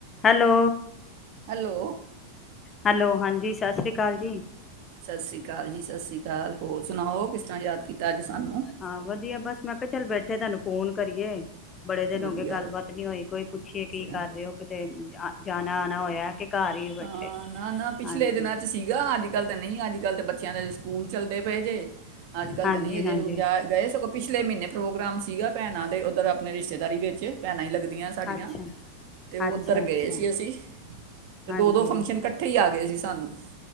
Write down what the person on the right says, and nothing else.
hello
ਸਤਿ ਸ਼੍ਰੀ ਅਕਾਲ ਜੀ ਸਤਿ ਸ਼੍ਰੀ ਅਕਾਲ ਹੋਰ ਸੁਣਾਓ ਕਿਸ ਤਾਂ ਯਾਦ ਕੀਤਾ ਅੱਜ ਸਾਨੁ
ਵਧੀਆ
ਵਧੀਆ
ਹਾਂ ਨਾ ਨਾ ਪਿਛਲੇ
ਦਿਨਾਂ ਚ ਸੀਗਾ ਅੱਜ ਕੱਲ ਤਾਂ ਨਹੀਂ ਅੱਜ ਕੱਲ ਤਾਂ ਬੱਚਿਆਂ ਦੇ ਸਕੂਲ ਚੱਲਦੇ ਪਏ ਜੇ ਅੱਜ ਕੱਲ
ਤਾਂ ਨਹੀਂ ਅਜੇ
ਜਾ ਗਏ ਸਗੋਂ ਪਿਛਲੇ ਮਹੀਨੇ ਪ੍ਰੋਗਰਾਮ ਸੀਗਾ ਭੈਣਾਂ ਉੱਧਰ ਆਪਣੇ ਰਿਸ਼ਤੇਦਾਰੀ ਵਿੱਚ ਭੈਣਾ ਹੀ ਲੱਗ ਦੀਆਂ ਸਾਡੀਆਂ
ਤੇ ਉਹ
ਉੱਧਰ ਗਏ
ਸੀ ਅਸੀਂ ਅਤੇ
ਦੋ ਦੋ ਫੰਕਸ਼ਨ ਇਕੱਠੇ ਹੀ ਆ ਗਏ ਸੀ ਸਾਨੂੰ